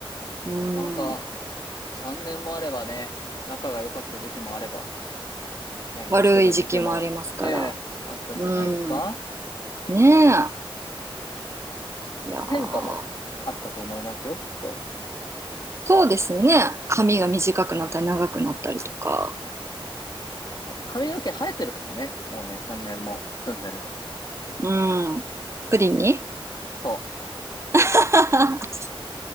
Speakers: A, on the right; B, on the left.
A: うん。
B: なかなか3年もあればね、仲が良かった時期もあれば、喧嘩してた時期も、
A: 悪い時期もありますから。
B: ええ、あったんじゃないですか
A: うん。ねえ。いやー。
B: 変化もあったと思いますよ、きっと。
A: そうですね。髪が短くなったり長くなったりとか。
B: まあ髪の毛生えてるかもね。もうね、3年も住んでれば。
A: うん。プリンに
B: そ
A: <laughs>